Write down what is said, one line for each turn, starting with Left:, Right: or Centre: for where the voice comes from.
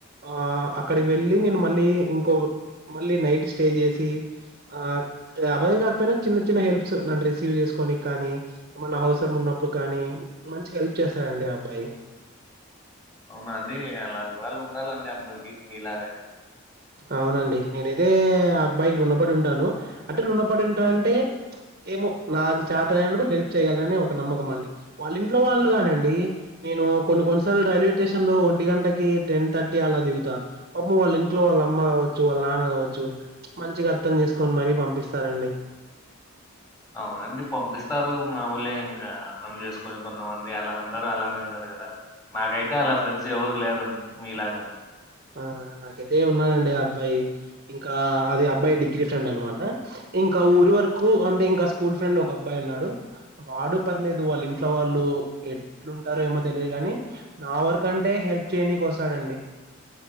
Right: ఆ అక్కడికి వెళ్ళి నేను మళ్ళీ ఇంకో ఓ మళ్ళీ నైట్ స్టే చేసి ఆ అబయం కాకపోయినా చిన్న చిన్న హెల్ప్స్ నన్ను రిసీవ్ చేసుకోని కానీ ఏమన్నా అవసరం ఉన్నప్పుడు కానీ మంచి హెల్ప్ చేస్తారండి ఆ అబ్బాయి
Left: అవునా అండి అలాంటి వాళ్ళు ఉండాలండి అందరికి మీలాగ
Right: అవునండి నేనైతే ఆ అబ్బాయికి రుణపడి ఉంటాను అంటే రుణపడి ఉంటాన్ అంటే ఏమో నాకు చాతనైనప్పుడు హెల్ప్ చేయ్యాగాలనాని ఒక నమ్మకం అండి వాళ్ళ ఇంట్లో వాళ్ళు కానండి నేను కొన్ని కొన్నిసార్లు రైల్వే టేషన్ లో ఒంటి గంటకి టెన్ థర్టీ అలా దిగుతా పాపము వాళ్ళ ఇ ఇట్లో వాళ్ళ అమ్మ గావొచ్చు వాళ్ళ నాన్న గావొచ్చు మంచిగ అర్థం చేసుకొని మరీ పంపిస్తారండి
Left: అవునండి పంపిస్తారు మాముూలే ఇంకా అర్థం చేసుకుని కొన్ని కొంతమంది అలా అందరూ అలానే ఉండారు గదా నాకైతే అలా ఫ్రెండ్స్ ఎవరు లేరండి మీలాగా
Right: అవునా నాకైతే ఉన్నాడండి ఆ అబ్బాయి ఇంకా అది అబ్బాయి డిగ్రీ ఫ్రెండ్ అనమాట ఇంకా ఊరి వరకు అంటే ఇంకా స్కూల్ ఫ్రెండ్ ఒక అబ్బాయి ఉన్నాడు వాడు ప్పర్లేదు వాళ్ళు ఇంట్లో వాళ్ళు ఎట్లుంటారో ఏమో తెలియదు గాని నా వర్క్ అంటే హెల్ప్ చేయనికి వస్తాడండి